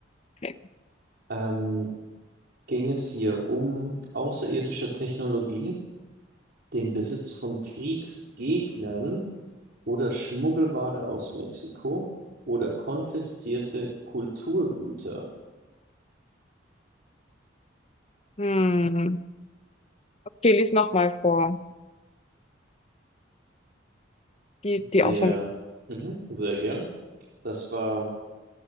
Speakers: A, on the left (about 35°); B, on the right (about 60°).
A: Okay.
B: ähm, ging es hier um außerirdische Technologie, den Besitz von Kriegsgegnern oder Schmuggelware aus Mexiko oder konfiszierte Kulturgüter.
A: Hm. Okay, lies nochmal vor. Die,
B: Sehr,
A: die Auswahl. mit-
B: mhm, sehr gern. Das war